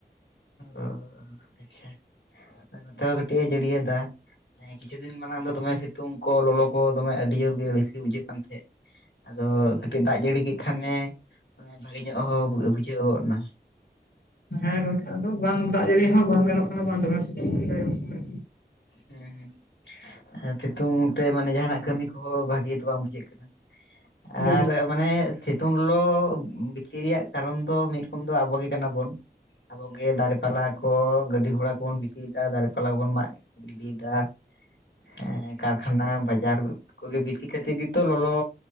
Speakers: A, on the left; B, on the left.
A: ᱚ ᱟᱪᱪᱷᱟ ᱱᱚᱛᱮ ᱦᱚᱸ ᱠᱟᱹᱴᱤᱡᱼ ᱮ ᱡᱟᱹᱲᱤᱭ ᱫᱟ᱾ ᱦᱮᱸ ᱠᱤᱪᱷᱩ ᱫᱤᱱ ᱢᱟᱲᱟᱝ ᱫᱚᱢᱮ ᱥᱤᱛᱩᱝ ᱠᱚ ᱞᱚᱞᱚ ᱠᱚ ᱫᱚᱢᱮ ᱟᱹᱰᱤ ᱡᱳᱨ ᱜᱮ ᱨᱟᱹᱥᱠᱟᱹ ᱵᱩᱡᱷᱟᱹᱜ ᱠᱟᱱ ᱛᱟᱦᱮᱸᱫ᱾ ᱟᱫᱚ ᱠᱟᱹᱴᱤᱡ ᱫᱟᱜ ᱡᱟᱹᱲᱤ ᱠᱮᱫ ᱠᱷᱟᱱᱮ ᱵᱷᱟᱜᱮ ᱧᱚᱜ ᱦᱚᱸ ᱵᱩᱡᱷᱟᱹᱣ ᱜᱚᱫ ᱮᱱᱟ᱾
B: ᱦᱮᱸ ᱜᱚᱢᱠᱮ ᱟᱫᱚ ᱵᱟᱝ ᱫᱟᱜ ᱡᱟᱹᱲᱤ ᱦᱚᱸ ᱵᱟᱝ ᱜᱟᱱᱚᱜ ᱠᱟᱱᱟ ᱵᱟᱝ ᱫᱚᱢᱮ ᱥᱤᱛᱩᱝ ᱠᱮᱫᱟᱭ ᱩᱱ ᱥᱚᱢᱚᱭ ᱾
A: ᱦᱮᱸ ᱦᱮᱸ ᱾ ᱦᱮᱸ ᱥᱤᱛᱩᱝ ᱛᱮ ᱢᱟᱱᱮ ᱡᱟᱦᱟᱱᱟᱜ ᱠᱟᱹᱢᱤ ᱠᱚᱦᱚᱸ ᱵᱷᱟᱹᱜᱤ ᱫᱚ ᱵᱟᱝ ᱵᱩᱡᱷᱟᱹᱜ ᱠᱟᱱᱟ ᱾ <inaudible>
B: ᱦᱳᱭ
A: ᱟᱨ ᱢᱟᱱᱮ ᱥᱤᱛᱩᱝ ᱞᱚᱞᱚ ᱵᱤᱥᱤ ᱨᱮᱭᱟᱜ ᱠᱟᱨᱚᱱ ᱫᱚ ᱢᱤᱫ ᱨᱚᱠᱚᱢ ᱫᱚ ᱟᱵᱚ ᱜᱮ ᱠᱟᱱᱟ ᱵᱚᱱ ᱾ ᱟᱵᱚᱜ ᱜᱮ ᱫᱟᱨᱮ ᱯᱟᱞᱦᱟ ᱠᱚᱻ ᱜᱟᱹᱰᱤ ᱜᱷᱚᱲᱟ ᱠᱚᱵᱚᱱ ᱵᱤᱥᱤᱭᱮᱫᱟ ᱫᱟᱨᱮ ᱯᱟᱞᱦᱟ ᱠᱚᱵᱚᱱ ᱢᱟᱜ ᱜᱤᱰᱤ ᱮᱫᱟ <inaudible> ᱦᱮᱸ ᱠᱟᱨᱠᱷᱟᱱᱟ ᱵᱟᱡᱟᱨ ᱠᱚᱜᱮ ᱵᱮᱥᱤ ᱠᱷᱟᱹᱛᱤᱨ ᱜᱮᱛᱚ ᱞᱚᱞᱚ,